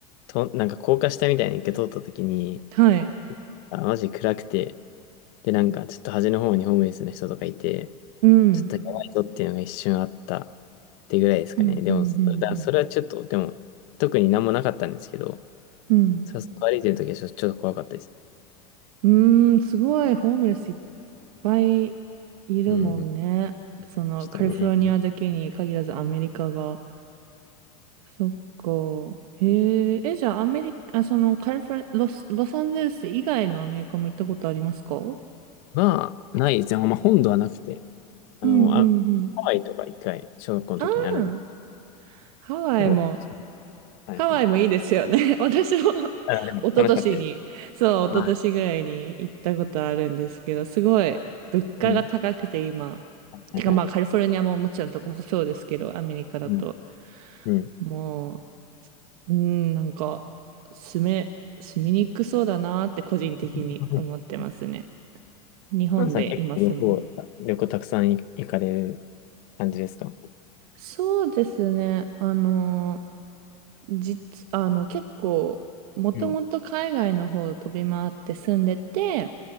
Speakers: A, on the left; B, on the right.
A: と、なんか高架下みたいに一回通った時に、
B: はい。
A: あ、マジ暗くて、で、なんかちょっと端の方にホームレスの人とかいて、
B: うん。
A: ちょっとやばいぞっていうのが一瞬あったってぐらいですかね。
B: うん、
A: でも、
B: うん、う
A: そだそれはちょっと、
B: ん、
A: でも、特に何もなかったんですけど、
B: うん。
A: さそこ歩いてるときはちょっとちょっと怖かったですね。
B: うん。うーん、すごい、ホームレスいっぱいいるもんね。
A: うん、うん。
B: その、
A: でしたね。
B: カリフォルニアだけに限らずアメリカが。そっか。へえ、え、じゃあアメリカ、あ、その、カリフォル、ロス、ロサンゼルス以外のアメリカも行ったことありますかうん、
A: まあ、ないですね。まあ、本土はなくて、あの、
B: うん、
A: あ、
B: うん。
A: ハワイとか一回、小学校の時にあるんです
B: ああ、ハワイも。
A: けど、はいはい。
B: ハワイもいいですよね。<laughs> 私も <laughs>
A: あ、でも楽しかったです。
B: 一昨年に、そう、一昨年ぐらいに行ったことあるんですけど、
A: はい。
B: すごい物価が高くて今。
A: うん。はいはい。
B: てかまあカリフォルニアももちろんどこもそうですけど、アメリカだと。
A: うん。うん。
B: もう、うん、なんか、住め、住みにくそうだなって個人的に思ってますね。
A: <laughs>
B: 日本で今住む。
A: ハンさん結構旅行、旅行たくさん行行かれる感じですか
B: そうですね。あのー実、あの、結構、もともと海外の方を飛び回って住んでて、
A: うん。